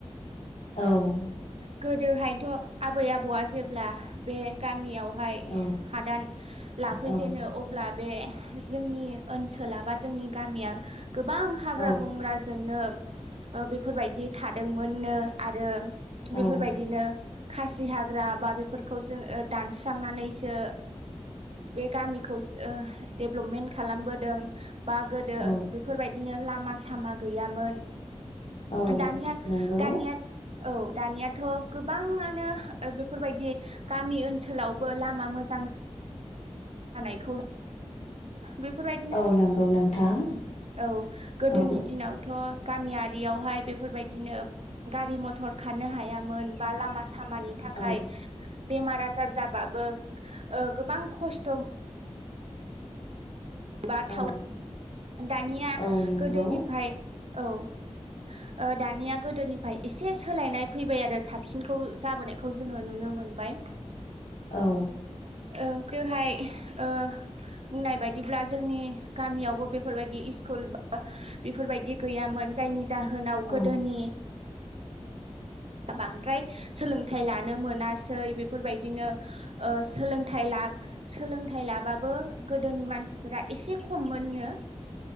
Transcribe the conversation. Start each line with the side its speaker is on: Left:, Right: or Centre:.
Left: औ
Right: गोदोहायथ' आबै आबौआ जेब्ला बे गामियावहाय
Left: औ
Right: हादान लाफैजेनो
Left: औ
Right: अब्ला बे बे जोंनि ओनसोला बा जोंनि गामिया गोबां हाग्रा
Left: औ
Right: बंग्राजोंनो बेफोरबायदि थादोंमोननो आरो
Left: औ
Right: बेफोरबायदिनो खासि हाग्रा बा बेफोरखौ जों दानस्रांनानैसो बे गामिखौ डेभलपमेन्ट खालामबोदों बा गोदो
Left: औ
Right: बेफोरबायदिनो लामा सामा गैयामोन।
Left: <unintelligible> <inaudible>
Right: दानिया
Left: नंगौ
Right: दानिया औ दानियाथ' गोबाङानो बेफोरबायदि गामि ओनसोलावबो लामा मोजां जानायखौ बेफोरबायदिनो
Left: औ नंगौ नोंथां
Right: औ गोदोनि
Left: औ
Right: दिनावथ' गामियारियावहाय बेफोरबायदि बिदिनो गारि मथर खारनो हायामोन बा लामा सामानि थाखाय
Left: औ
Right: बेमार आजार जाबाबो गोबां खस्थ' बा
Left: औ
Right: थाव दानिया
Left: औ नंगौ
Right: गोदोनिफ्राय औ। दानिया गोदोनिफ्राय एसे सोलायनाय फैबाय आरो साबसिनखौ जाबोनायखौ जोङो नुनो मोनो। मोनबाय।
Left: औ।
Right: ओ बेवहाय ओ बुंनाय बायदि बिदिब्ला जोंनि गामियावबो बेफोरबायदि स्कुल बा बेफोरबायदि गैयामोन जायनि जाहोनाव
Left: औ
Right: गोदोनि बांद्राय सोलोंथाइ लानो मोनासै बेफोरबायदिनो औ सोलोंथाइ लाब सोलोंथाइ लाबाबो गोदोनि मानसिफोरा एसे खममोननो।